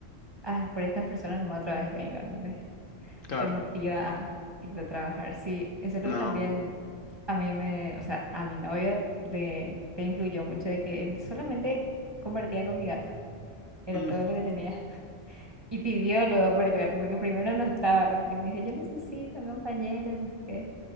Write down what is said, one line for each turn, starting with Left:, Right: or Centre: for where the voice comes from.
Right: ah, por estas personas nomás otra vez vengo, ¿entendés?
Left: claro.
Right: te motiva a irte a trabajar. Sí, eso es lo
Left: No.
Right: que también a mí me, o sea, a mi novio le, le influyó mucho de que él solamente compartía con mi gato, era
Left: mm,
Right: todo lo que tenía. <laughs> Y pidió luego por el gato, porque primero no estaba el gato y me dijo, yo necesito un compañero, no sé qué.